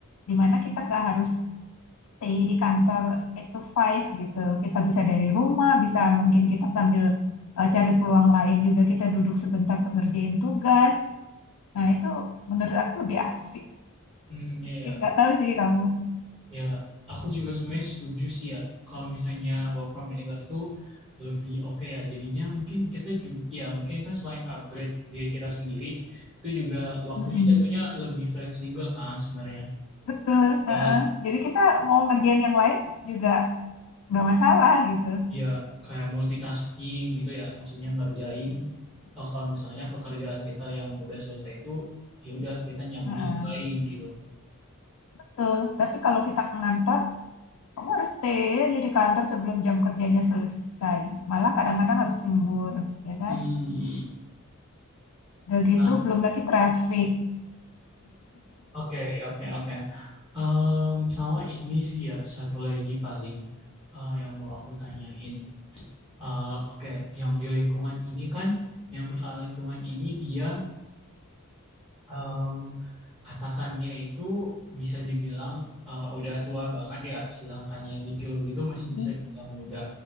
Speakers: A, on the left (about 85°); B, in the centre.
A: di mana kita nggak harus stay di kantor eight to five gitu. Kita bisa dari rumah, bisa mungkin kita sambil eh, cari peluang lain juga kita duduk sebentar untuk ngerjain tugas. Nah, itu menurut aku lebih asik.
B: hmm, iya. iya.
A: Ya, nggak tahu sih kamu.
B: Ya, aku juga sebenarnya setuju sih ya kalau misalnya work from anywhere itu lebih oke ya. Jadinya mungkin kita juga ya mungkin kan selain upgrade diri kita sendiri itu juga waktunya
A: Mm-mm.
B: jatuhnya lebih fleksibel kan sebenarnya.
A: Betul.
B: Dan
A: Heeh. Jadi kita mau ngerjain yang lain juga nggak masalah gitu.
B: ya kayak multitasking gitu ya, maksudnya ngerjain eh, kalau misalnya pekerjaan kita yang udah selesai itu ya udah kita nyambi
A: Heeh.
B: yang lain gitu.
A: Betul. Tapi kalau kita ngantor, kamu harus stay aja di kantor sebelum jam kerjanya selesai. Malah kadang-kadang harus lembur, ya kan?
B: Hmm.
A: Udah gitu,
B: Nah,
A: belum lagi traffic.
B: oke, oke, oke. Em, sama ini sih ya satu lagi paling eh, yang mau aku tanyain. Eh, Oke, yang di lingkungan ini kan, yang perusahaan lingkungan ini dia em, atasannya itu bisa dibilang eh, udah tua banget ya, sedangkan yang di geologi itu masih
A: Hmm.
B: bisa dibilang muda.